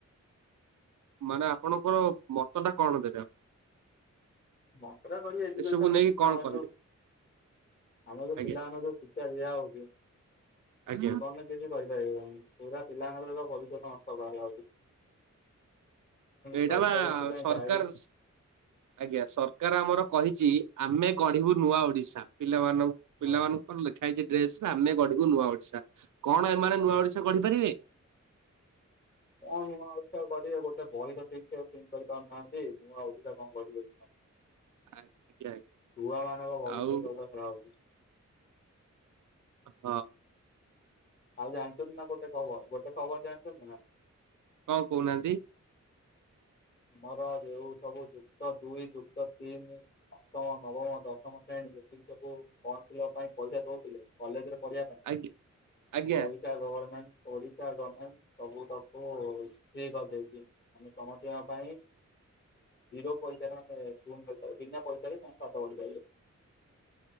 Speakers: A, on the right; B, on the left.
A: ମାନେ ଆପଣଙ୍କର ମତ ଟା କଣ ଦେବେ ଆ
B: ମତ କରିବ ଏଜୁକେଶନ
A: ଏସବୁ ନେଇକି କଣ କହିବେ
B: <unintelligible> ଆମ ଯୋଉ
A: ଆଜ୍ଞା
B: ପିଲାମାନଙ୍କୁ ଶିକ୍ଷା ଦିଆ ହଉଛି
A: ଆଜ୍ଞା
B: ଜୀବନ କିଛି କରିପାରିବେନି ପୁରା ପିଲାମାନଙ୍କର ତ ଭବିଷ୍ୟତ ନଷ୍ଟ ବାହାଲା ହଉଛି।
A: ଏଇଟା
B: ସରକାର
A: ବା
B: ଏଥିପାଇଁ
A: ସରକାର
B: ଦାୟୀ
A: ଆଜ୍ଞା, ସରକାର ଆମର କହିଛି ଆମେ ଗଢିବୁ ନୂଆ ଓଡିଶା ପିଲାମାନ
B: ହଁ
A: ପିଲାମାନଙ୍କ କଣ ଲେଖା ହେଇଛି ଡ୍ରେସ ରେ ଆମେ ଗଢିବୁ ନୂଆ ଓଡିଶା କଣ ଏମାନେ ନୂଆ
B: ଆଜ୍ଞା।
A: ଓଡିଶା ଗଢି ପାରିବେ?
B: କଣ ନୂଆ ଓଡ଼ିଶା ଗଢିବେ ଗୋଟେ ବହି ତ ଠିକ ସେ ପ୍ରିଣ୍ଟ କରିପାରୁନାହାନ୍ତି ନୂଆ ଓଡିଶା କଣ କରିବେ।
A: <inaudible> ଆଜ୍ଞା
B: ଛୁଆ ମାନଙ୍କ ଭବିଷ୍ୟତ
A: ଆଉ
B: ସହ ଖେଳା ହୋଉଚି।
A: ହଁ।
B: ଆଉ ଜାଣିଛନ୍ତି ନା ଗୋଟେ ଖବର ଗୋଟେ ଖବର ଜାଣିଛନ୍ତି ନା?
A: କଁ କହୁନାହାନ୍ତି?
B: ଆମର ଯେଉ ସବୁ ଯୁକ୍ତ ଦୁଇ ଯୁକ୍ତ ତିନି ଅଷ୍ଟମ ନବମ ଦଶମ ଶ୍ରେଣୀ ଯେତିକି ସବୁ ଫମ୍ ଫିଲପ୍ ପାଇଁ ପଇସା ଦଉଥିଲେ। କଲେଜରେ ପଢିବା ପାଇଁ
A: ଆଜ୍ଞା ଆଜ୍ଞା
B: ଓଇ। ଗଭରମେଣ୍ଟ ଓଡିଶା ଗମେଣ୍ଟ ସବୁ ତକୁ ଇଏ କରିଦେଇଛି ଆମେ ସମ ସେ ପାଇଁ ଜିରୋ ପଇସାରେ ଆମେ ଶ ପଇସାରେ ବିନା ପଇସାରେ ତାଙ୍କ ପାଠ ପଢି ପାରିବେ।